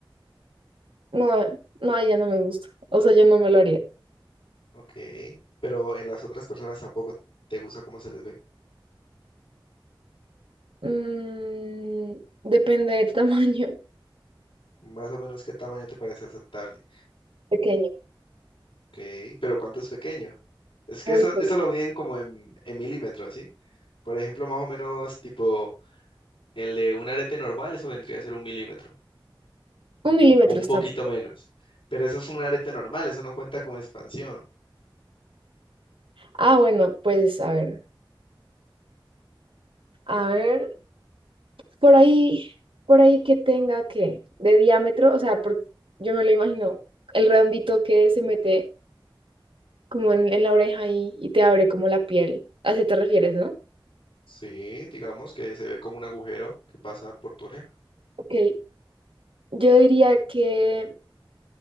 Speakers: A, on the right (about 75°); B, on the left (about 65°).
A: no, no, ya no me gusta. O sea, yo no me lo haría.
B: Ok. Pero en las otras personas tampoco te gusta cómo se les ve.
A: Mm, depende del <laughs> tamaño.
B: Más o menos qué tamaño te parece aceptable.
A: Pequeño,
B: Ok. Pero cuánto es pequeño. Es que
A: muy
B: eso,
A: pequeño.
B: eso lo miden como en, en milímetros, ¿sí? Por ejemplo, más o menos tipo el de un arete normal, eso vendría a ser un milímetro.
A: Un milímetro
B: O un
A: está.
B: poquito
A: per-
B: menos. Pero eso es un arete normal, eso no cuenta como expansión.
A: Ah, bueno, pues a ver, a ver, por ahí, por ahí que tenga que, de diámetro, o sea, porque yo me lo imagino, el redondito que se mete como en, en la oreja y, y te abre como la piel. ¿A eso te refieres, no?
B: Sí, digamos que se ve como un agujero que pasa por tu oreja.
A: Ok, yo diría que